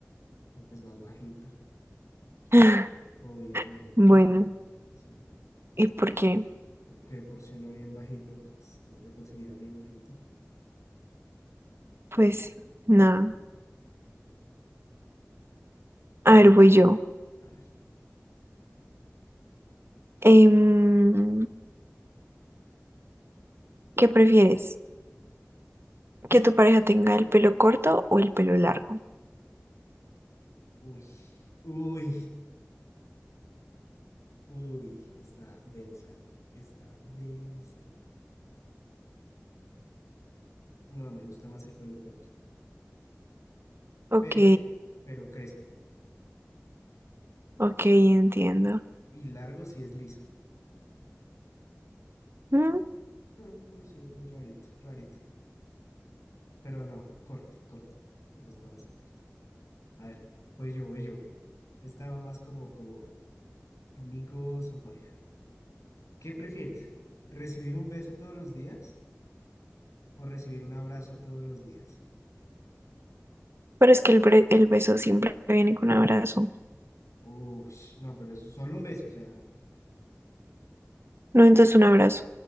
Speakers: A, on the left (about 75°); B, on the right (about 50°).
A: no, pues más bajito,
B: <laughs>
A: obviamente.
B: Bueno,
A: o sea, o sea,
B: ¿y por qué?
A: que por si uno bien bajito, pues, se toca conseguir a alguien bajito.
B: Pues nada.
A: No,
B: A ver, voy yo.
A: a ver.
B: Em, ¿qué prefieres? ¿Que tu pareja tenga el pelo corto o el pelo largo?
A: Uy, uy, uy, está densa, está densa. No, me gusta más el pelo corto,
B: Ok,
A: pero, pero crespo.
B: ok, entiendo.
A: Y largo si es liso.
B: Mm,
A: Ah, no sé, es rarito, rarito. Pero no, corto, corto. Me gusta más el corto. A ver, voy yo, voy yo. Estaba más como, como amigos o pareja. ¿Qué prefieres? ¿Recibir un beso todos los días o recibir un abrazo todos los días?
B: pero es que el, bre- el beso siempre viene con un abrazo.
A: Uy, no, pero eso, solo un beso, o sea,
B: No, entonces un abrazo.